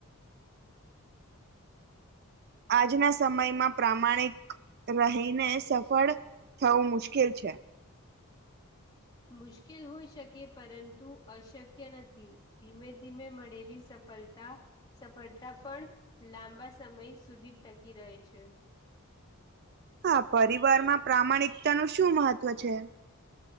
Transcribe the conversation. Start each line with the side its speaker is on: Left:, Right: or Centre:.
Right: આજના સમયમાં પ્રામાણિક રહીને સફળ થવું મુશ્કેલ છે.
Left: મુશ્કેલ હોઈ શકે પરંતુ અશક્ય નથી. ધીમે ધીમે મળેલી સફળતા સફળતા પણ લાંબા સમય સુધી ટકી રહે છે.
Right: હા પરિવારમાં પ્રામાણિકતા નું શું મહત્વ છે?